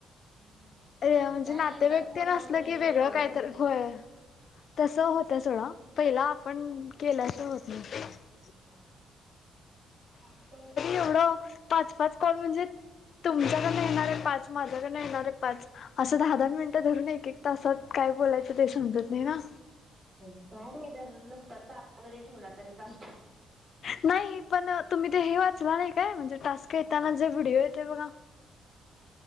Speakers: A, on the right (about 30°); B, on the left (about 60°).
A: हम्म,
B: ए
A: आणि
B: म्हणजे
A: काय
B: नातेवाईक
A: एकदा फोनवर
B: तेन असलं
A: बोललं
B: की वेगळं
A: ओळख
B: काय
A: होत्या.
B: तर, होय. तसं होतय सोडा. पहिला आपण केल्याशिवाय होत नाही.
A: हां हां. कामच आहे ते.
B: तेवढं पाच पाच कॉल म्हणजे, तुमच्याकडन येणारे पाच माझ्याकडे येणारे पाच असं दहा दहा मिनटं धरून एक एक तासात काय बोलायचं ते समजत नाही ना.
A: हो. काय नाही जर नुसता चालू वगैरे ठेवला तरी चालतो.
B: नाही. पण तुम्ही ते हे वाचला नाही काय? म्हणजे टास्क येताना जे व्हिडिओ येतय बघा.
A: <inaudible>